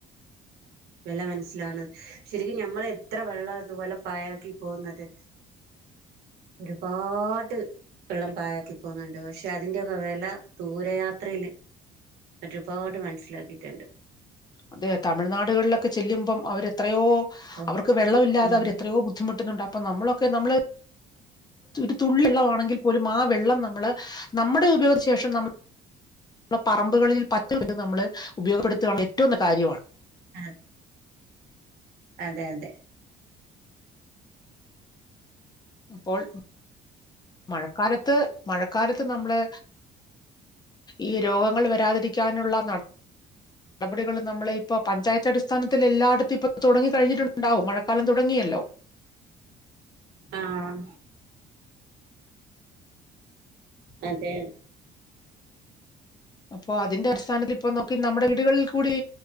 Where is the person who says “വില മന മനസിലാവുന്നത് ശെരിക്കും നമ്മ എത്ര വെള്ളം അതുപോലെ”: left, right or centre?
Right